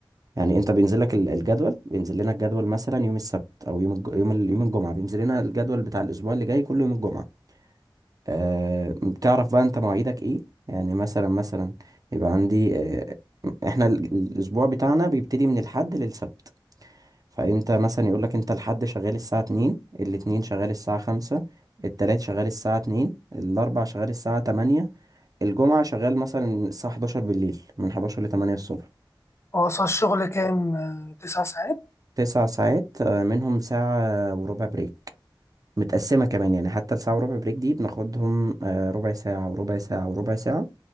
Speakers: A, on the right (about 45°); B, on the left (about 30°).
A: يعني انت بينزل لك ال- الجدول بينزل لنا الجدول مثلا يوم السبت او يوم الج... يوم ال... يوم الجمعه بينزل لنا الجدول بتاع الاسبوع اللي جاي كل يوم الجمعه أه... بتعرف بقى انت مواعيدك ايه يعني مثلا مثلا يبقى عندي أه... احنا ال- الاسبوع بتاعنا بيبتدي من الحد للسبت فانت مثلا يقول لك انت الحد شغال الساعه 2 الاثنين شغال الساعه 5 التلات شغال الساعه 2 الاربع شغال الساعه 8 الجمعه شغال مثلا الساعه 11 بالليل من 11 ل 8 الصبح
B: هو اصلا الشغل كام آه، تسع ساعات
A: تسع ساعات آه، منهم ساعه وربع بريك متقسمه كمان يعني حتى الساعه وربع بريك دي بناخدهم آه، ربع ساعه وربع ساعه وربع ساعه